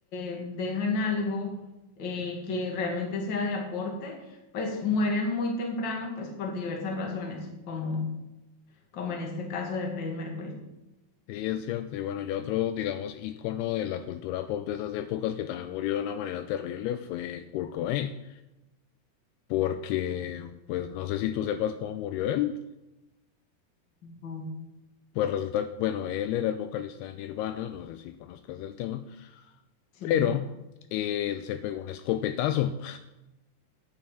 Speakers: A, on the left; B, on the left.
A: eh, dejan algo eh, que realmente sea de aporte, pues mueren muy temprano, pues por diversas razones, como, como en este caso de Freddie Mercury.
B: Sí, es cierto. Y bueno, ya otro, digamos, ícono de la cultura pop de esas épocas que también murió de una manera terrible fue Kurt Cobain, porque, pues, no sé si tú sepas cómo murió él.
A: Ujú,
B: Pues resulta, bueno, él era el vocalista de Nirvana, no sé si conozcas el tema,
A: Sí,
B: pero él se pegó un escopetazo,